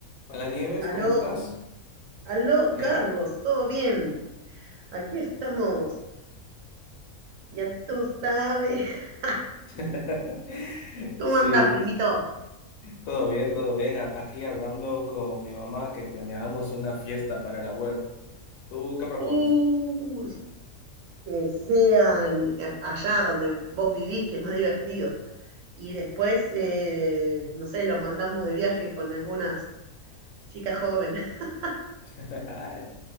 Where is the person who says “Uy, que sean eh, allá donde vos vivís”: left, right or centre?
Right